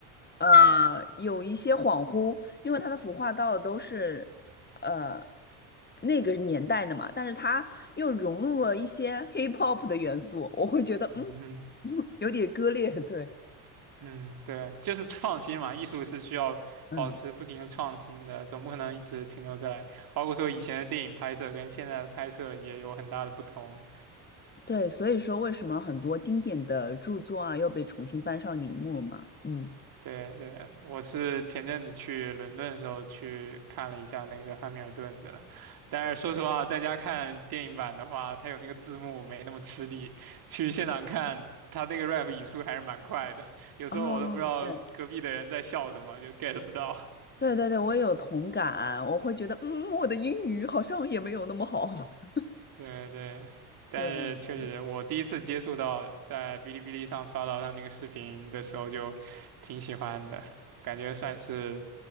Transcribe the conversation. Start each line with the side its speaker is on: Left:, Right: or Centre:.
Left: 呃，有一些恍惚，因为他的服化道都是，呃，那个年代的嘛，但是他又融入了一些 hip hop 的元素，我会觉得，
Right: <laughs>
Left: 嗯，<laughs> 有点割裂，对，
Right: 嗯，对，就是创新嘛，艺术是需要保持不停的创新的，
Left: 嗯。
Right: 总不可能一直停留在，包括说以前的电影拍摄跟现在的拍摄也有很大的不同。
Left: 对，所以说为什么很多经典的著作啊又被重新搬上荧幕了嘛？嗯，
Right: 对对，我是前阵子去伦敦的时候去看了一下那个汉密尔顿的，但是说实话，在家看电影版的话，它有那个字幕没那么吃力，去现场看它那个 rap 语速还是蛮快的，有时候我都不知道隔壁的人在笑什么，
Left: 哦，对，
Right: 就 get 不到。
Left: 对对对，我也有同感，我会觉得，嗯，我的英语好像也没有那么好。<laughs>
Right: 对对，但是确实，
Left: 对对
Right: 我第一次接触到在哔哩哔哩上刷到他那个视频的时候，就挺喜欢的，感觉算是